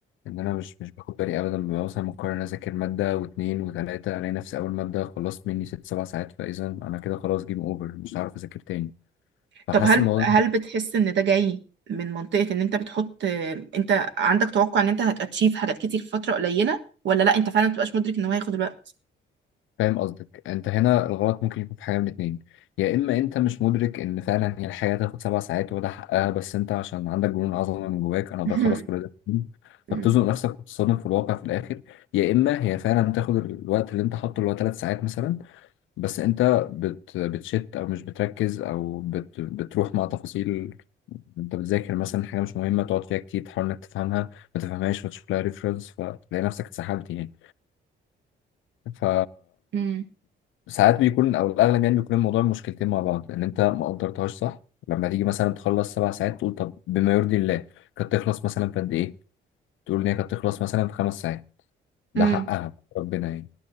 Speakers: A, on the left (about 80°); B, on the right (about 65°).
A: إن أنا مش مش باخد بالي أبدا ببقى مثلا مقرر أذاكر مادة واتنين وتلاتة ألاقي نفسي أول مادة خلصت مني ست سبع ساعات فإذا أنا كده خلاص جيم أوفر مش هعرف أذاكر تاني فحاسس
B: طب هل
A: الموضوع
B: هل
A: ده-
B: بتحس ان ده جاي من منطقة ان انت بتحط انت عندك توقع ان انت هتاتشيف حاجات كتير في فترة قليلة ولا لا انت فعلا مبتبقاش مدرك ان هو هياخد الوقت
A: فاهم قصدك أنت هنا الغلط ممكن يكون في حاجة من اتنين يا إما أنت مش مدرك إن فعلا هي الحياة تاخد سبع ساعات وده حقها بس أنت عشان عندك جنون عظمة من جواك أنا أقدر
B: <laughs>
A: أخلص كل ده في يوم،
B: مم.
A: فبتزنق نفسك وتتصدم في الواقع في الآخر يا إما هي فعلا بتاخد الوقت اللي أنت حاطه اللي هو تلات ساعات مثلا بس انت بت بتشت او مش بتركز او بت بتروح مع تفاصيل انت بتذاكر مثلا حاجه مش مهمه تقعد فيها كتير تحاول انك تفهمها ما تفهمهاش فتشوف لها ريفرنس فتلاقي نفسك اتسحلت يعني ف
B: امم
A: ساعات بيكون او الاغلب يعني بيكون الموضوع مشكلتين مع بعض ان انت ما قدرتهاش صح لما تيجي مثلا تخلص سبع ساعات تقول طب بما يرضي الله كانت تخلص مثلا في قد ايه تقول ان هي كانت تخلص مثلا في خمس ساعات ده
B: امم
A: حقها ربنا يعني